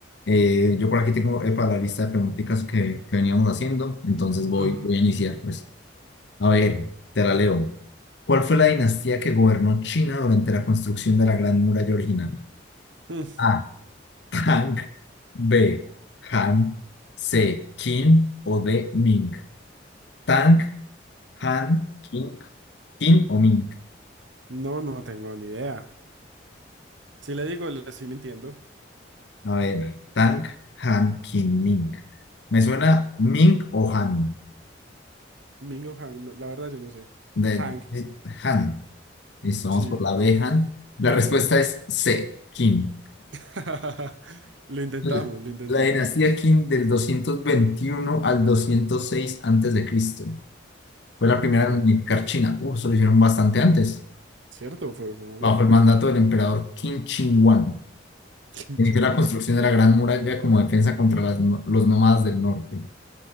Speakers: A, on the left; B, on the right.
A: eh, yo por aquí tengo eh, para la lista de preguntitas que, que veníamos haciendo, entonces voy,
B: Ajá.
A: voy a iniciar, pues. A ver, te la leo. ¿Cuál fue la dinastía que gobernó China durante la construcción de la Gran Muralla original?
B: <laughs> Mm,
A: A. Tang, B. Han, C. Qin o D. Ming. Tang, Han, King, King o Ming.
B: No, no tengo ni idea. Si le digo, le estoy mintiendo.
A: A ver, Tang, Han, King, Ming. Me suena Ming o Han.
B: Mingo Hang, no, la verdad yo no sé.
A: De,
B: Hang,
A: de- Han. Listo, vamos
B: sí.
A: por la B, Han. La respuesta es C, King.
B: <laughs> Lo intentamos,
A: L-
B: lo intentamos.
A: La dinastía Qin del 221 al 206 antes de Cristo. Fue la primera
B: Ok,
A: en unificar China. Uh, eso lo hicieron bastante antes,
B: cierto, fue, fue muy...
A: bajo el mandato del emperador Qin Shi Huang.
B: <laughs> Kim
A: Inició
B: Chung-won.
A: la construcción de la Gran Muralla como defensa contra las no- los nómadas del norte.